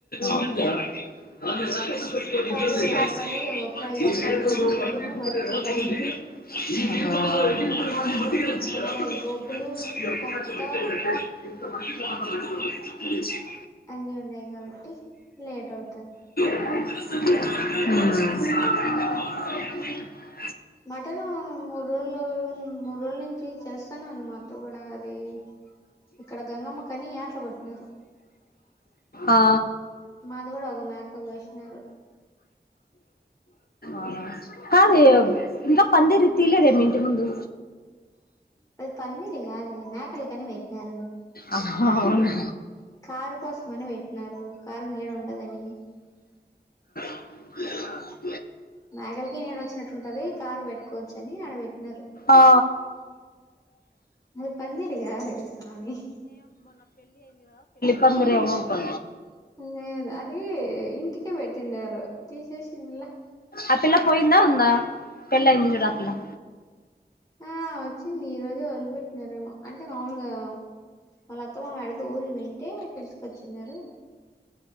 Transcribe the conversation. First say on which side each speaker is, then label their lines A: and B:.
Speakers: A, on the left; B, on the left.
A: ఆ ఆ స
B: కర్రీ ఒక కర్రీ ఒక ఫ్రై
A: ఆ
B: మళ్ళా టిఫిన్ వాటి చట్నీలు
A: ర
B: ఆ మళ్ళ ఈ బోకులు చెత్త
A: ఇచి
B: అన్ని ఉన్నాయి కాబట్టి లేట్ అవుతు అంత
A: ఆ
B: మటన్ మూడు రోజులు మూడు రోజుల నుంచి చేస్తాను అంది మాత్త కూడా అది ఇక్కడ గంగమ్మ కని ఏట్లా కొట్టినారు.
A: ఆ
B: మాది కూడ ఒక మేక కోసినారు.
A: ఆ కాదే
B: ఆ
A: ఇంకా పంది తిలేదే మీ ఇంటి ముందు
B: అది పందిరి కాదే మేకలకని పెట్టినారు.
A: అవునా
B: కారు కోసమని పెట్టినారు. కారు నీడ కదని
A: లేల
B: మేగలికి నీడ వచ్చినట్టు ఉంటది. కారు పెట్టుకోవచ్చ అని ఆడ పెట్టినారు
A: ఆ
B: అది పందిరుగాదే స్వామి
A: పందిరీ ఏమో అబ్బా
B: లేదు అది ఇంటికే పెట్టిండారు తీసేసింలా
A: ఆ పిల్ల పోయిందా ఉందా పెళ్ళి అయింది
B: ఏంది
A: చూడు ఆ పిల్ల
B: ఆ వచ్చింది ఈ రోజు వదిలిపెట్టినారూ ఏమో అంటే మాములుగా వాళ్ళ అత్త మా ఎడక ఊరి వింటే పిలుచుకొచ్చిన్నారు.